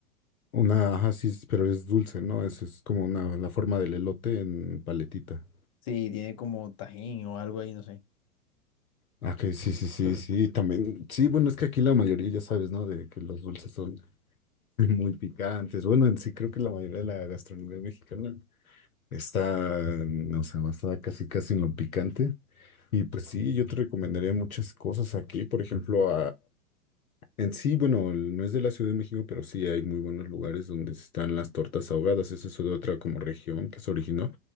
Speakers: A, on the left (about 75°); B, on the left (about 25°).
A: Una, ajá, sí, es- pero es dulce, ¿no? Es, es como una, la forma del elote en paletita.
B: Sí, tiene como tajín o algo ahí, no sé.
A: Ah, que sí, sí, sí, sí, también. Sí, bueno, es que aquí la mayoría ya sabes, ¿no? De que los dulces son <laughs> muy picantes. Bueno, en sí creo que la mayoría de la gastronomía mexicana está, mm, o sea, basada casi casi en lo picante. Y pues sí, yo te recomendaría muchas cosas aquí, por ejemplo, En sí, bueno, no es de la Ciudad de México, pero sí hay muy buenos lugares donde están las tortas ahogadas. Eso es de otra como región que se originó.